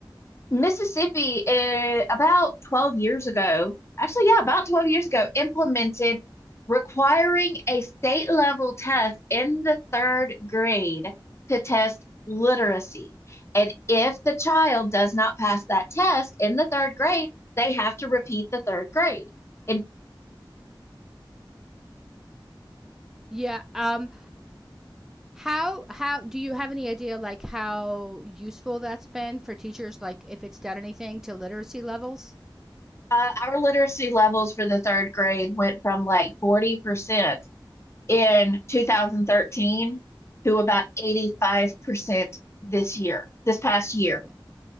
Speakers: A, on the left; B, in the centre.
A: Mississippi, uh, about 12 years ago, actually, yeah, about 12 years ago, implemented requiring a state level test in the third grade to test literacy. And if the child does not pass that test in the third grade, they have to repeat the third grade. And
B: Yeah. Um how how do you have any idea like how useful that's been for teachers like if it's done anything to literacy levels?
A: uh, our literacy levels for the third grade went from like 40% in 2013 to about 85% this year, this past year.
B: Yeah.